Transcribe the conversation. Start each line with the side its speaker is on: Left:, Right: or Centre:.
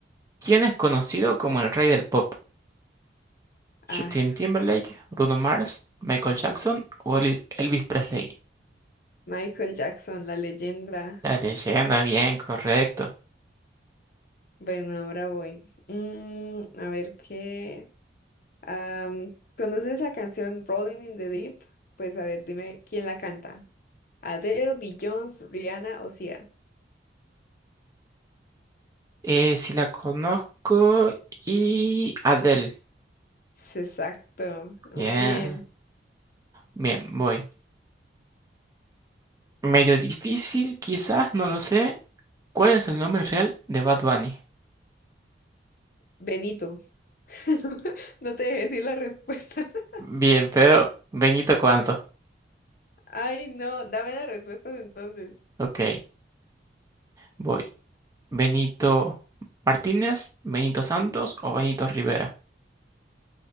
Right: ¿Quién es conocido como el rey del pop? ¿Justin
Left: Ah.
Right: Timberlake, Bruno Mars, Michael Jackson o Elvis Presley?
Left: Michael Jackson, la leyenda.
Right: La leyenda, bien, correcto.
Left: Bueno, ahora voy. Mm, a ver qué. am, ¿conoces la canción Rolling in the Deep? Pues a ver, dime quién la canta. Adele, Beyoncé, Rihanna o Sia.
Right: Eh, si la conozco y Adele.
Left: Es Exacto, muy
Right: Ya.
Left: bien.
Right: Bien, voy. Medio difícil, quizás, no lo sé. ¿Cuál es el nombre real de Bad Bunny?
Left: Benito. <laughs> No te dejé decir las respuestas. <laughs>
Right: Bien, pero Benito ¿cuánto?
Left: Ay, no, dame las respuestas entonces.
Right: Ok, voy. ¿Benito Martínez, Benito Santos o Benito Rivera?